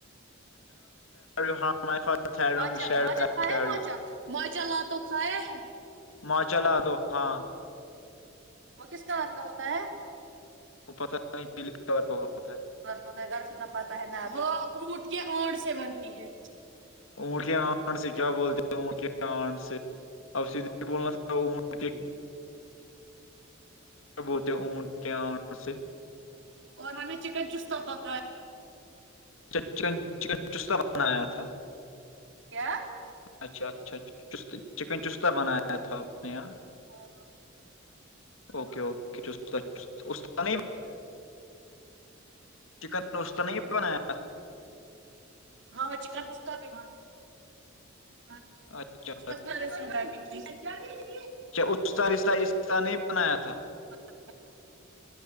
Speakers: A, on the left (about 70°); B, on the right (about 65°).
A: ر ہ م رگر
B: ماچا ماچا ماچا لا تو کھایا ہے
A: ما چلا آ تو ہاں
B: وہ کس کار کا ہوتا ہے
A: وہ پت نہیں پلک کلر کا ہوتا ہے
B: ہوتا ہے گھر سے نہ پتہ ہے نا وہ اونٹ کے اڈ سے بنتی ہے
A: اون کے آٹ سے کیا بولتے ہو ا کے آان سے اور سید بولنا تھا بتے اونٹ کے آ سے
B: اور ہمیں چکن چستہ پکایا
A: اچ چکن چکن چستا بنایا تھا
B: کیا
A: اچھا اچھا چکن چستتا بنایا تھا آپ نے یہاں
B: ہاں
A: اوکے اوکے اس نہیں چکن روز تو نہیں بنایا
B: ہاں چکن اس کا بھی ب <inaudible>
A: اچھا کیا اس اسہہہ نہیں بنایا تھا
B: <inaudible>